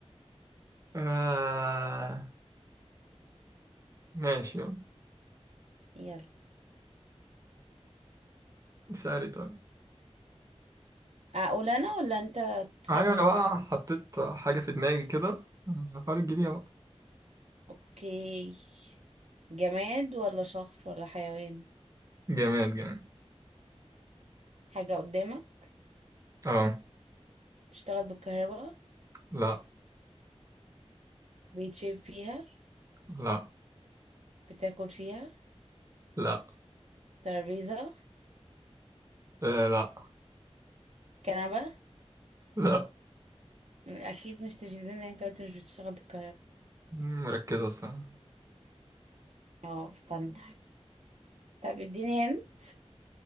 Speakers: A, on the right (about 30°); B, on the right (about 70°).
A: آه ماشي يلا
B: يلا
A: سألي طيب
B: اقول انا ولا انت تخمن
A: أيوة أنا بقى
B: تاني
A: حطيت حاجة في دماغي كده حاول تجيبيها بقى
B: اوكي جماد ولا شخص ولا حيوان
A: جماد جماد
B: حاجة قدامك
A: أه
B: تشتغل بالكهرباء
A: لأ
B: بيتشرب فيها
A: لأ
B: بتاكل فيها
A: لأ
B: ترابيزة
A: آه، لأ
B: كنبة
A: لأ
B: م- اكيد مش تلفزيون لان انت قلت مش بتشتغل بالكهرباء
A: مركزة الصراحة
B: اه استنى طب اديني هنت